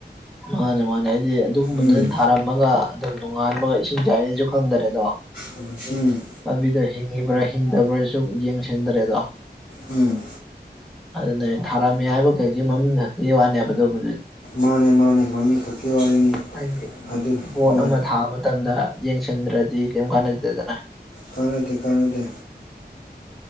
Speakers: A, in the centre; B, on the left.
A: ꯃꯥꯅꯦ ꯃꯥꯅꯦ ꯍꯥꯢꯗꯤ ꯑꯗꯨꯝꯕꯗꯨ
B: ꯎꯝ
A: ꯊꯥꯔꯝꯃꯒ ꯑꯗꯨꯝ ꯅꯣꯡꯉꯥꯟꯥꯟꯕꯒ ꯏꯁꯤꯡꯁꯥꯏꯅꯤꯁꯨ ꯈꯪꯗꯔꯦ ꯑꯗꯣ
B: ꯎꯝ
A: ꯄꯥꯝꯕꯤꯗꯣ ꯍꯤꯡꯉꯤꯕ꯭ꯔꯥ ꯍꯤꯡꯗꯕ꯭ꯔꯥꯁꯨ ꯌꯦꯡꯁꯤꯟꯗꯔꯦꯗꯣ
B: ꯎꯝ
A: ꯑꯗꯨꯅꯦ ꯊꯥꯔꯝꯃꯤ ꯍꯥꯏꯕ ꯀꯩꯀꯤ ꯃꯃꯤꯡ ꯈꯛꯇ ꯋꯥꯅꯦꯕ ꯑꯗꯨꯕꯨ
B: ꯃꯥꯅꯦ ꯃꯥꯅꯦ ꯃꯃꯤꯡ ꯈꯛꯀꯤ ꯋꯥꯔꯤꯅꯤ
A: ꯍꯥꯏꯗꯤ
B: ꯑꯗꯨꯅꯤ
A: ꯄꯕꯣꯠ
B: ꯍꯣꯏ
A: ꯑꯃ ꯊꯥꯕ ꯃꯇꯝꯗ ꯌꯦꯡ ꯆꯟꯗ꯭ꯔꯗꯤ ꯀꯩꯝ ꯀꯥꯟꯅꯗꯦꯗꯅ
B: ꯀꯥꯟꯅꯗꯦ ꯀꯥꯟꯅꯗꯦ